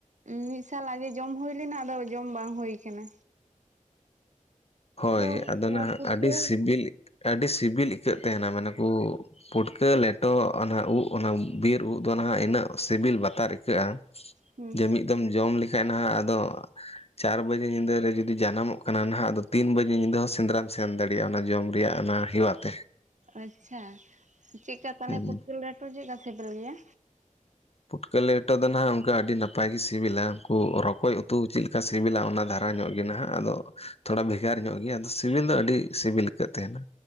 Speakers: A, on the right; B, on the left.
A: ᱢᱤᱫ ᱥᱟᱞ ᱟᱜᱮ ᱡᱚᱢ ᱦᱩᱭ ᱞᱮᱱᱟ ᱟᱫᱚ ᱡᱚᱢ ᱵᱟᱝ ᱦᱳᱭ ᱠᱟᱱᱟ᱾
B: ᱦᱳᱭ
A: ᱚᱱᱠᱟ
B: ᱟᱫᱚ ᱱᱟᱦᱟᱜ
A: ᱯᱩᱴᱠᱟᱹ
B: ᱟᱰᱤ ᱥᱤᱵᱤᱞ ᱟᱰᱤ ᱥᱤᱵᱤᱞ ᱟᱹᱭᱠᱟᱹᱜ ᱛᱟᱦᱮᱱᱟ ᱢᱟᱱᱮ ᱠᱩᱼᱼ ᱯᱩᱴᱠᱟᱹ ᱞᱮᱴᱚ ᱚᱱᱟ ᱩᱫ ᱚᱱᱟ ᱵᱤᱨ ᱩᱫ ᱫᱚ ᱱᱟᱦᱟᱜ ᱤᱱᱟᱹᱜ ᱥᱤᱵᱤᱞ ᱵᱟᱛᱟᱨ ᱟᱹᱭᱠᱟᱹᱜᱼᱟ᱾
A: ᱦᱩᱸ
B: ᱡᱮ ᱢᱤᱫᱼᱼ ᱫᱚᱢ ᱡᱚᱢ ᱞᱮᱠᱷᱟᱡ ᱱᱟᱦᱟᱜ ᱟᱫᱚ ᱪᱟᱨ ᱵᱟᱡᱮ ᱧᱤᱫᱟᱹ ᱨᱮ ᱡᱩᱫᱤ ᱡᱟᱱᱟᱢᱚᱜ ᱠᱟᱱᱟ ᱱᱟᱦᱟᱜ ᱟᱫᱚᱼᱼ ᱛᱤᱱ ᱵᱟᱡᱮ ᱧᱤᱫᱟᱹ ᱦᱚᱸ ᱥᱮᱸᱫᱽᱨᱟᱢ ᱥᱮᱱ ᱫᱟᱲᱤᱭᱟᱜᱼᱟ ᱚᱱᱟ ᱡᱚᱢ ᱨᱮᱭᱟᱜ ᱚᱱᱟ ᱦᱮᱣᱟ ᱛᱮ᱾
A: ᱟᱪᱪᱷᱟ, ᱪᱮᱠᱠᱟ ᱛᱟᱦᱚᱞᱮ
B: ᱦᱩᱸ
A: ᱯᱩᱴᱞᱟᱹ ᱞᱮᱴᱚ ᱪᱮᱠᱠᱟ ᱥᱮᱵᱮᱞ ᱜᱮᱭᱟ?
B: ᱯᱩᱴᱠᱟᱹ ᱞᱮᱴᱚ ᱫᱚ ᱱᱟᱦᱟᱜ ᱚᱱᱠᱟ ᱟᱹᱰᱤ ᱱᱟᱯᱟᱭ ᱜᱮ ᱥᱤᱵᱤᱞᱟ ᱩᱱᱠᱩ ᱨᱚᱠᱚᱡ ᱩᱛᱩ ᱪᱤᱱ ᱞᱮᱠᱟ ᱥᱤᱵᱤᱞ᱾ ᱥᱤᱵᱤᱞᱟ ᱚᱱᱟ ᱫᱷᱟᱨᱟ ᱧᱚᱜ ᱜᱮ ᱱᱟᱦᱟᱜ, ᱟᱫᱚᱼᱼ ᱛᱷᱚᱲᱟ ᱵᱷᱮᱜᱟᱨ ᱧᱚᱜ ᱜᱮᱭᱟ ᱟᱫᱚ ᱥᱤᱵᱤᱞ ᱫᱚ ᱟᱹᱰᱤ ᱥᱤᱵᱤᱞ ᱟᱹᱭᱠᱟᱹᱜ ᱛᱟᱦᱮᱱᱟ᱾